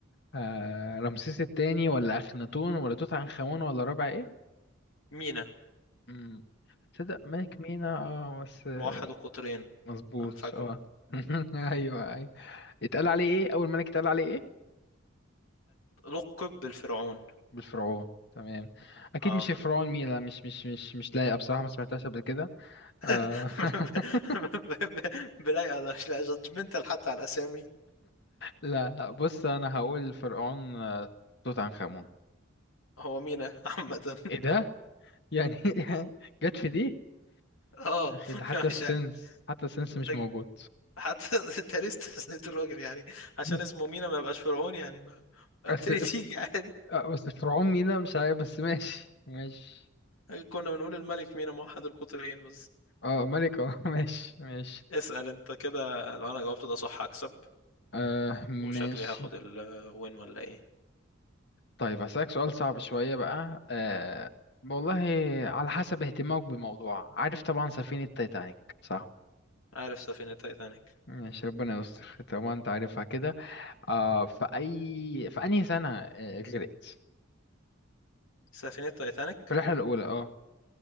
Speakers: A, on the left (about 55°); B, on the left (about 80°).
A: آه رمسيس التاني ولا اخناتون ولا توت عنخ امون ولا رابع ايه
B: مينا
A: امم تصدق ملك
B: مم.
A: مينا اه بس آه،
B: موحد القطرين
A: مظبوط
B: فاكره
A: اه <laughs> ايوه ايوه اتقال عليه ايه اول ملك اتقال عليه ايه
B: لقب بالفرعون
A: بالفرعون تمام اكيد
B: اه
A: مش فرعون مينا مش مش مش مش لايقه بصراحه ما سمعتهاش قبل كده آه.
B: <laughs>
A: <laughs>
B: بلاي الله مش لا جادجمنتال حتى على الاسامي
A: لا لا بص انا هقول فرعون آه، توت عنخ امون
B: هو مينا عامة <laughs>
A: ايه ده يعني <laughs> جت في دي
B: اه
A: يا اخي ده حتى السنس
B: مش ع-
A: حتى السنس
B: انت
A: مش موجود
B: حتى <laughs> انت ليه استثنيت الراجل يعني عشان
A: <laughs>
B: اسمه مينا ما يبقاش فرعون يعني ما
A: بس
B: تيجي
A: ف-
B: تيجي عادي
A: آه، بس فرعون مينا مش عارف بس ماشي ماشي
B: كنا بنقول الملك مينا موحد القطرين بس
A: اه ملك اه <laughs> ماشي ماشي
B: اسأل انت كده لو انا جاوبت ده صح هكسب
A: آه ماشي
B: وشكلي هاخد الوين ولا ايه
A: طيب هسألك سؤال صعب شوية بقى أه والله على حسب اهتمامك بالموضوع عارف طبعا سفينة تايتانيك صح؟
B: عارف سفينة تايتانيك
A: ماشي ربنا يستر <laughs> طبعا انت عارفها كده أه في أي في أنهي سنة آه، غرقت؟
B: سفينة تايتانيك
A: في الرحلة الأولى اه